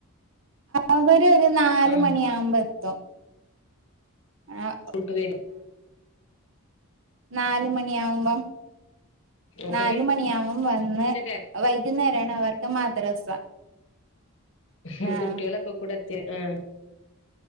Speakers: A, on the right; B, on the left.
A: അവര് ഒരു നാല്
B: ആ
A: മണിയാവുമ്പ എത്തും ആണവ്
B: കൂള്‌ട്ട് വരും
A: നാല് മണിയാവുമ്പം
B: അപ്പൊ
A: നാലുമണിയാവും വന്ന്
B: പിന്നെ
A: വൈകുന്നേരാണ് അവർക്ക് മദ്രസ
B: ഉം
A: ആ
B: കുട്ടികളൊക്കെ കൂടെ എത്തി ആഹ്